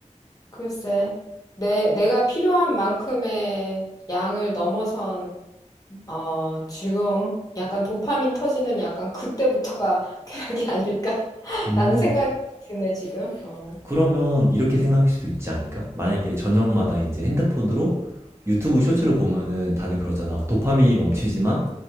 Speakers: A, on the left (about 30°); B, on the right (about 20°).
A: 글쎄 내, 내가 필요한 만큼의 양을 넘어선 어, 즐거움? 약간 도파민 터지는 약간 그때부터가 <laughs> 쾌락이 아닐까? <laughs>
B: 음,
A: 라는 생각이 드네, 지금. 어.
B: 그러면 이렇게 생각할 수도 있지 않을까? 만약에 저녁마다 이제 핸드폰으로 유튜브 쇼츠를 보면은 다들 그러잖아. 도파민이 넘치지만